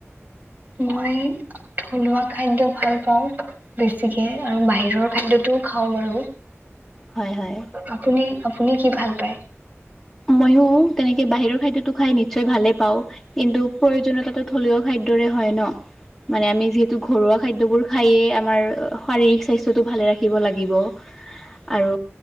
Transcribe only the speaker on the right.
মই থলুৱা খাদ্য ভাল পাওঁ। বেছিকে আৰু বাহিৰৰ খাদ্যটোও খাওঁ বাৰু।
আপুনি আপুনি কি ভাল পায়?